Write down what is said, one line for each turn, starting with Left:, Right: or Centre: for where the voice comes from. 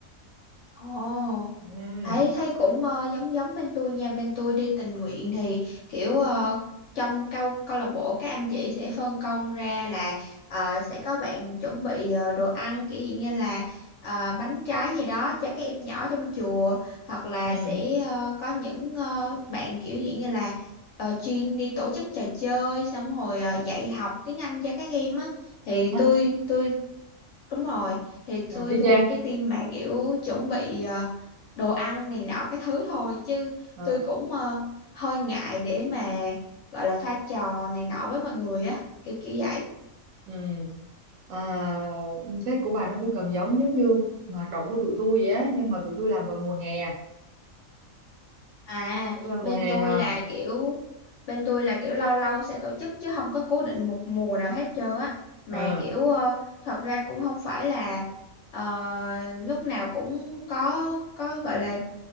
Left: Ồ.
Right: ừ
Left: Thấy thấy cũng ờ, giống giống bên tôi nha bên tôi đi tình nguyện thì kiểu ờ, trong câu câu lạc bộ các anh chị sẽ phân công ra là ờ, sẽ có bạn chuẩn bị ờ, đồ ăn kiểu gì như là ờ, bánh trái gì đó cho các em nhỏ trong chùa hoặc là
Right: ừ
Left: sẽ ờ, có những ờ, bạn kiểu gì như là ờ, chuyên đi tổ chức trò chơi xong rồi ờ, dạy học tiếng Anh cho các em á thì tôi
Right: À,
Left: tôi Đúng rồi, thì tôi
Right: ừ, y
Left: thuộc
Right: chang
Left: cái team mà kiểu chuẩn bị ờ, đồ ăn này nọ cái thứ thôi chứ
Right: Ờ,
Left: tôi cũng ờ, hơi ngại để mà gọi là pha trò này nọ với mọi người á, kiểu kiểu vậy.
Right: ừ. À, Tết của bà nó cũng gần giống giống như hoạt động của tụi tôi vậy á nhưng mà tụi tôi làm vào mùa hè
Left: À,
Right: tụi tôi làm
Left: bên
Right: mùa hè
Left: tôi
Right: ờ
Left: là kiểu bên tôi là kiểu lâu lâu sẽ tổ chức chứ không có cố định một mùa nào hết trơn á, mà
Right: ờ
Left: kiểu ờ, thật ra cũng không phải là ờ, lúc nào cũng có có gọi là